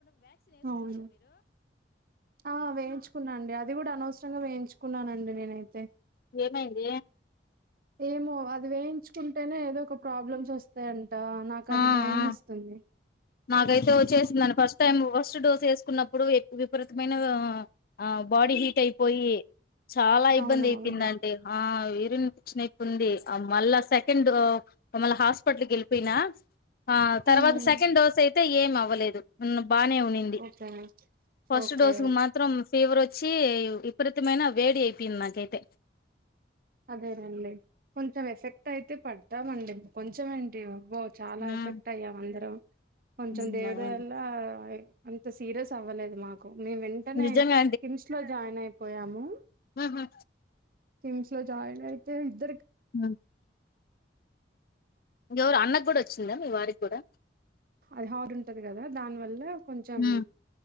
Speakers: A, on the right; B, on the left.
A: అవును ఆ వేయించుకున్నా అండి అది కూడా అనవస రంగా వేయించుకున్నానండి నేనైతే
B: ఏమైంది
A: ఏమో అది వేయించుకుంటేనే ఏదో ఒక ప్రాబ్లమ్స్ వస్తాయ ట నాకు
B: ఆ
A: అది భయం
B: ఆ
A: ఏస్తుంది
B: నాకైతే వచ్చేసిందని ఫస్ట్ టైం ఫస్ట్ డోస్ ఏసుకున్న ప్పుడు ఎక్కువ విపరీతమైన ఆ బాడీ హీట్ అయిపోయి చాలా ఇబ్బంది
A: అవునవును
B: అయిపోందండి ఆ యరిన్ ఇన్ఫెక్షన్ అయితుంది ఆ మళ్ళా సెకండ్ మళ్ళ హాస్పటల్ కేళ్ళిపోయినా ఆ తర్వాత
A: ఉమ్
B: సెకండ్ డోస్ ఏం అవ్వలేదు ఉన్న బానే ఉన్నింది
A: ఓకే
B: ఫస్ట్
A: ఓకే
B: డోసు కు మాత్రం ఫీవర్ వచ్చి విపరీతమైన వేడి అయిపోయింది నాకైతే
A: అదేనండి కొంచెం ఎఫెక్ట్ అయితే పడతామండి కొంచెం ఏంటి ఓ చాలా
B: హ్మ్
A: ఎఫెక్ట్ అయ్యాం అందరం కొంచెం
B: హ్మ్
A: దేవుడి
B: అవును.
A: వల్ల అయి అంత సీరియస్ అవ్వలేదు నాకు మేం వెంటనే
B: నిజంగా
A: కిమ్స్ లో జాయిన్ అయ్యాం వాము
B: ఉహు
A: తుంచ్ నువ్వు జాగ్రత్త ఇద్దరికీ
B: ఆవుట్ ఇంకెవరు అన్నకి కూడా వచ్చిందా మీ వారికి కూడా
A: అహర్ డ్ ఉంటది కదా దాని వల్ల కొంచెం
B: హ్మ్.